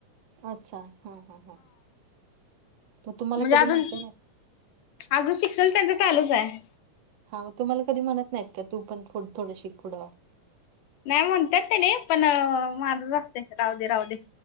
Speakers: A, on the right; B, on the left.
A: अच्छा हा हा हा मग तुम्हाला
B: म्हणजे
A: कधी
B: अजून
A: म्हटले नाही.
B: अजून शिक्षण त्यांचं चालूच आहे.
A: हो तुम्हाला कधी म्हणत नाहीत का तू पण थोडं थोडं शिक पुढ.
B: नाही म्हणतात तेने पण माझंच असते राहू दे, राहू दे